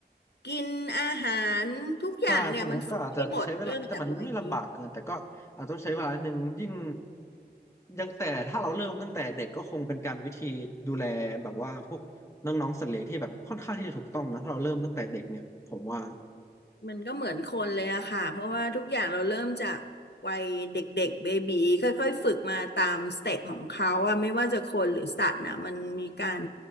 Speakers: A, on the left; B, on the left.
A: กินอาหารทุกอย่างเนี่ยมันฝึกได้หมดเริ่มจากวัยนี้
B: ใช่พวกนี้ก็อาจจะใช้เวลาแต่มันไม่ลำบากเกินแต่ก็อาจต้องใช้เวลาหนึ่งยิ่งยังแต่ถ้าเราเริ่มตั้งแต่เด็กก็คงเป็นการวิธีดูแลแบบว่าพวกน้องๆสัตว์เลี้ยงที่แบบค่อนข้างที่จะถูกต้องนะถ้าเราเริ่มตั้งแต่เด็กเนี่ยผมว่า
A: มันก็เหมือนคนเลยอะค่ะเพราะว่าทุกอย่างเราเริ่มจากวัยเด็กๆเบบีค่อยๆฝึกมาตามสเต็ปของเขาอะไม่ว่าจะคนหรือสัตว์นะมันมีการ